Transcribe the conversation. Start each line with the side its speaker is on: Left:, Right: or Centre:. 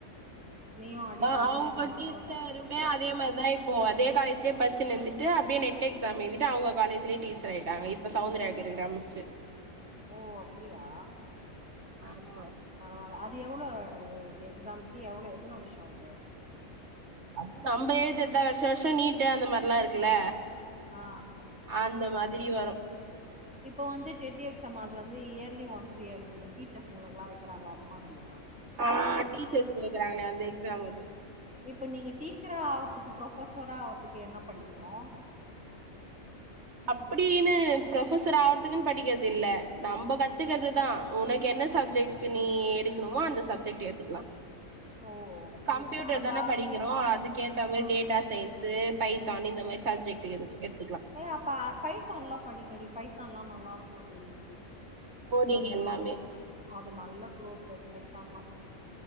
Centre: நீயு அடிஷ்னலா
Right: கா அவுங்க
Centre: எதனா
Right: டீச்சருமே
Centre: கூட கத்துக்கோ
Right: அதே மாதிரிதா இப்போ அதே காலேஜ்லயே ப ச்சுன்னுருந்துட்டு அப்படியே நெட் எக்ஸாம் எழுதிட்டு அவங்க காலேஜ்லய டீச்சர் ஆயிட்டாங்க இப்ப சவுந்தரியா இருக்கரா மிஸ்சு
Centre: ஓ அப்டியா
Right: ஆமா
Centre: பரவால்ல அ து எவ்ளோ எக்ஸாம்க்கு எவ்ளோ எத்தன வருஷோ அது
Right: அது நம்ப எழுதுறதா வருஷ வருஷ நீ் ட்டு அந்த மாரிலா இருக்குல
Centre: ஆ
Right: அந்த மாதிரி வரு
Centre: இப்ப வந்து டெட் எக்ஸாம் அது வந்து இயர்லி ஒன்ஸ் டீச்சர்ஸ்ங்களுக்கெளா வக்கிராங்கள அந்த மாதிரி
Right: அ டீச்சர்ஸ் வெக்கறாங்க அந்த எக்ஸாம் அது
Centre: இப்ப நீங்க டீச்சரா ஆகுறதுக்கு ஃப்ரொபசரா ஆகுறதுக்கு என்ன படிக்கணு
Right: அப்படின்னு ஃப்ரொபசர் ஆறதுக்குன் படிக்கிறது இல்ல நம்ம கத்துக்கறதுதா உன என்ன சப்ஜெக்டு நீ எடுக்கணுமோ அந்த சப்ஜெக்ட் எடுத்துக்கலா
Centre: ஓ அப்டியா
Right: கம்ப்யூட்டர்
Centre: அப்ப
Right: தான
Centre: அது
Right: படிக்கிறோ அதுக்கு ஏத்த மாரி
Centre: ஆ
Right: டேட்டா சயின்ஸு பை த்தான் இந்த மாரி சப்ஜெட்டு இருக்கு
Centre: ஏ அப்ப பைத்தான்ல்லா படிங்கடி பைத்தான்ல்லா நல்லா இருக்கு டி
Right: கோடிங்
Centre: அதுக்கு
Right: எல்லாமே
Centre: அது அது நல்ல குரோத் அது பைத்தான்லா